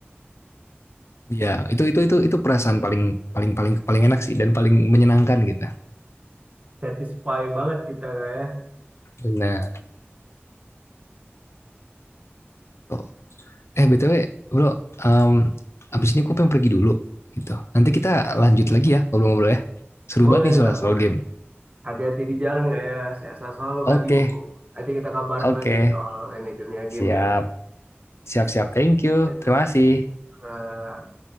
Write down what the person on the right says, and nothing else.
Satisfy banget kita, Kak ya.
Boleh,
Kak,
boleh.
Hati-hati di jalan, Kak ya. Sehat selalu,
Kak Bimo. Nanti kita kabarin
lagi soal ini dunia game
ya.
Ya, Kak.
Oke, Kak.